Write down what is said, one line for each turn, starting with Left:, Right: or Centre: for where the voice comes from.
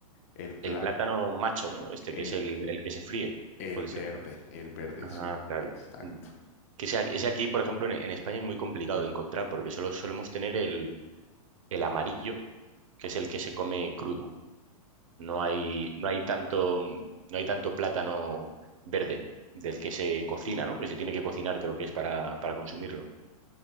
Left: el plat,
Right: El plátano macho, ¿no? Este
Left: el,
Right: que es el, el que se fríe.
Left: el
Right: Puede
Left: verde,
Right: ser.
Left: el verde,
Right: Ah,
Left: sí,
Right: claro.
Left: exacto.
Right: Mm. Que ese, aquí, ese aquí, por ejemplo, en, en España es muy complicado de encontrar porque solo solemos tener el, el amarillo, que es el que se come crudo. No hay, no hay tanto, no hay tanto plátano verde del que se cocina, ¿no? Que se tiene que cocinar, creo que es para, para consumirlo.